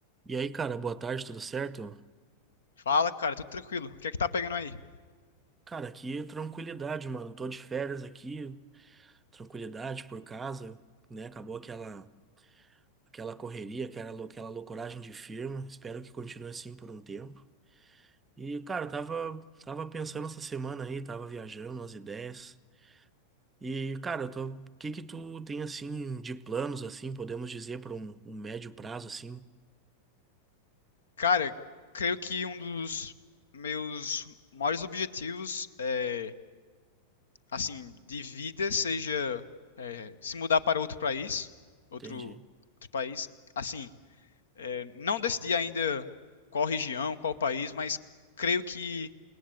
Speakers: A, on the right; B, on the left.
A: E aí, cara, boa tarde, tudo certo?
B: Fala, cara, tudo tranquilo. O que é que tá pegando aí?
A: Cara, aqui tranquilidade, mano. Tô de férias aqui, tranquilidade por casa, né? Acabou aquela aquela correria, aquela, lou- aquela loucoragem de firma. Espero que continue assim por um tempo. E, cara, eu tava tava pensando essa semana aí, tava viajando umas ideias. E, cara, eu tô, o que que tu tem assim de planos assim, podemos dizer para um, um médio prazo assim?
B: Cara, creio que um dos meus maiores objetivos é, assim, de vida seja é, se mudar para outro país, outro,
A: Entendi.
B: outro país. Assim, é, não decidi ainda qual região, qual país, mas creio que